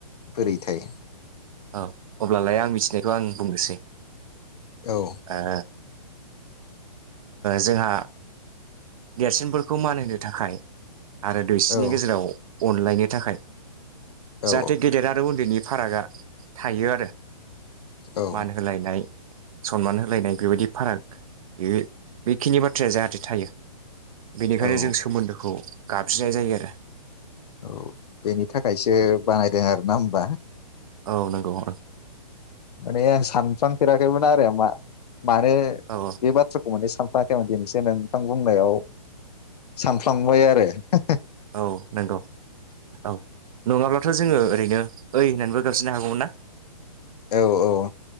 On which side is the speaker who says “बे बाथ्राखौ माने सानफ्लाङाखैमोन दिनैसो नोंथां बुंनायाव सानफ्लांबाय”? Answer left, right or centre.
Left